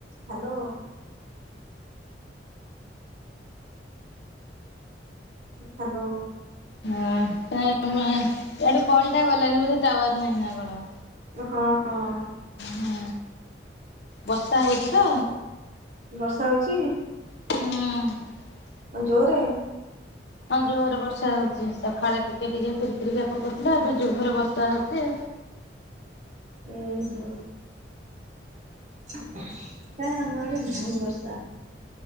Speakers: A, on the right; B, on the left.
A: ହ୍ୟାଲୋ। ହ୍ୟାଲୋ।
B: ହଁ <unintelligible> ଏଆଡେ କଲ ଟା ଗଲାନି ବୋଧେ ଟାୱାର ନାହିଁ ନା କଣ।
A: ହଁ।
B: ହୁଁ ବର୍ଷା ହଉଚ ତ।
A: ବର୍ଷା ହଉଚି?
B: ହଁ।
A: ଜୋରେ?
B: ହଁ ଜୋରେ ବର୍ଷା ହଉଚି ସକାଳେ ଟିକେ ଟିକେ ଫୁର ଫୁରିକା ତ ଫୁଟିଲା ଏବେ ଜୋହରେ ବର୍ଷା ହଉଛି
A: ହୁଁ ହୁଁ। କାଇଁ ଆମ ଆଡେ ନାହିଁ ବର୍ଷା।